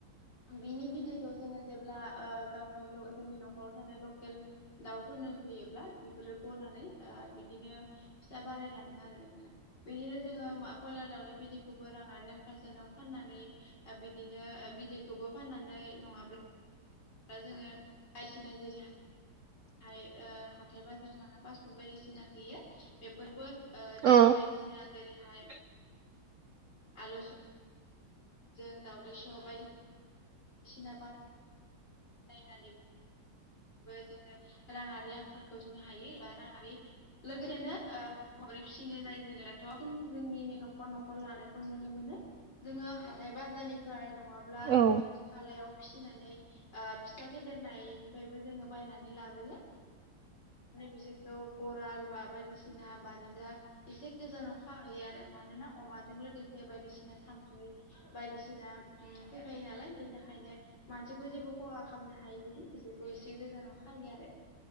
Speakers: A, on the left; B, on the right.
A: बिनि बिदैखौ जोङो जेब्ला गावनि जोंनि न'खराव थानाय लकेल दाउ नफोरनो होयोब्ला बेफोरो गनानै बिदिनो फिसा बारायलाङो आरो नोंथां। बिदिनो जोङो कयलार दाउनि बिदैखौबो राङारि आंखाल जानायाव फाननानै बिदिनो बिदैखौबो फाननानै नङाब्ला जोङो बायदिसिना जेरै हाथाय बाजार थांना पासफुट बायदिसिना होयो बेफोरबो जों
B: औ
A: बायदि बिसेना जेरैहाय
B: <inaudible>
A: आलु सबजों दाावदै सब बायदिसिना बानाय बानायनानै जोङो राङारि आंखालखौ जोंङो सुफुंनो हायो एबा राङारि लोगोसेनो फिसिनो जायो जेनेबाथ' जोंनि न'खर न'खर लानायखौ नुनो मोनो। जोङो हाथाय बाजारनिफ्राय नङाबा
B: औ
A: खाथि खालायाव फिनानै फिसा फेेदेरनाय बयबो जोंङो बायनानै लाबोयो बिसोरखौ गाराल बा बायदिसिना बा बारिजा एसे गोजानाव खाहैयो आरो मानोना अमाजों लोगोसे बायदिसिना थाम्फै बायदिसिना फैफायो नालाय बिनि थाखायनो मानसिखौ जेबो खहा खालामनो हायो बिदि बिसखौ एसे गोजानाव खायो आरो।